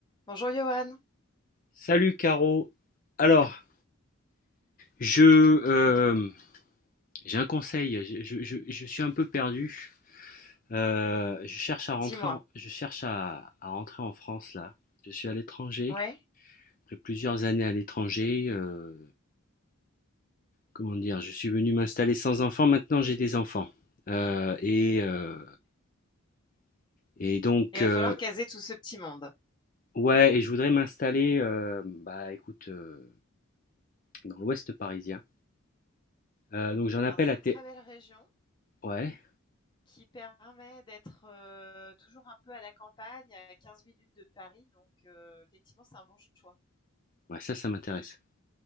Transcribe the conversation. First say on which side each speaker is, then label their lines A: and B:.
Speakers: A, on the left; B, on the left.
A: Bonjour Johan,
B: Salut Caro. Alors, je euh, j'ai un conseil. Je, je- je- je suis un peu perdu. Euh, je cherche à
A: dis-moi,
B: rentrer en, je cherche à, à rentrer en France là. Je suis à l'étranger.
A: ouais,
B: Après plusieurs années à l'étranger, euh, comment dire, je suis venu m'installer sans enfants. Maintenant, j'ai des enfants. Euh, et euh, et donc
A: il va
B: euh,
A: falloir caser tout ce petit monde.
B: ouais. Et je voudrais m'installer. euh, bah écoute, euh, dans l'Ouest parisien. Euh, donc j'en appelle
A: Alors c'est
B: à
A: une
B: tes.
A: très belle région
B: Ouais.
A: qui permet d'être euh, toujours un peu à la campagne, à 15 minutes de Paris, donc euh, effectivement c'est un bon choix.
B: Ouais, ça, ça m'intéresse.